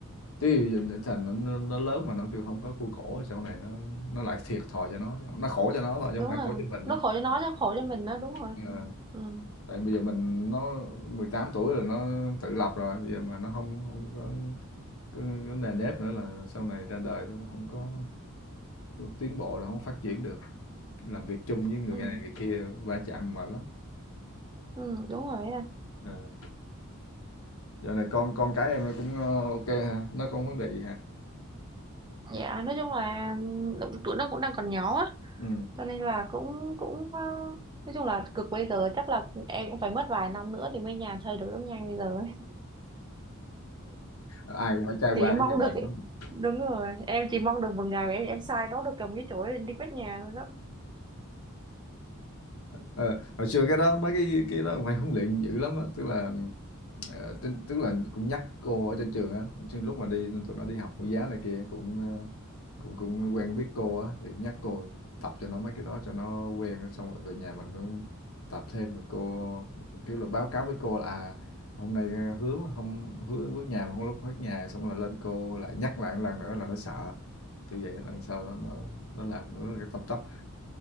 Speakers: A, on the left; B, on the right.
A: chứ gì- thành nó, nó, nó lớn mà nó kêu không có khuôn khổ sau này nó nó lại thiệt thòi cho nó nó khổ cho nó thôi chứ
B: Đúng
A: không phải
B: là
A: khổ cho mình
B: nó
A: nữa
B: khổ cho nó chứ khổ cho mình đó đúng rồi.
A: Ờ,
B: Ừ,
A: tại bây giờ mình nó 18 tuổi rồi nó tự lập rồi bây giờ mà nó không không có cái, cái nề nếp nữa là sau này ra đời nó không có tiến bộ đâu không phát triển được làm việc chung với người
B: ừ,
A: này người kia va chạm mệt lắm
B: ừ, đúng rồi. anh.
A: à. dạo này con con cái em nó cũng ờ, ok ha nó không vấn đề gì ha
B: Dạ, nói chung là ừ, tụi nó cũng đang còn nhỏ á
A: ừ.
B: cho nên là cũng cũng ờ, nói chung là cực bây giờ chắc là em cũng phải mất vài năm nữa thì mới nhà chơi được giống nhanh bây giờ ấy.
A: ai cũng phải trải
B: chỉ
A: qua
B: mong
A: cái giai đoạn
B: được
A: đó mà.
B: đúng rồi em chỉ mong được một ngày mà em em sai nó được cầm cái chổi lên đi quét nhà thôi đó
A: Ờ, hồi xưa cái đó mấy cái cái đó cũng phải huấn luyện dữ lắm á tức là Ờ, tức là cũng nhắc cô ở trên trường á, lúc mà đi tụi nó đi học mẫu giáo này kia cũng ờ, cũng cũng quen biết cô á thì cũng nhắc cô tập cho nó mấy cái đó cho nó quen xong rồi về nhà mình cũng tập thêm rồi cô kiểu là báo cáo với cô là à hôm nay ờ, hứa không hứa bước nhà mà không lúc bước nhà xong là lên cô lại nhắc lại một lần nữa là nó sợ như vậy lần sau nó nó, nó làm nó tâm tấp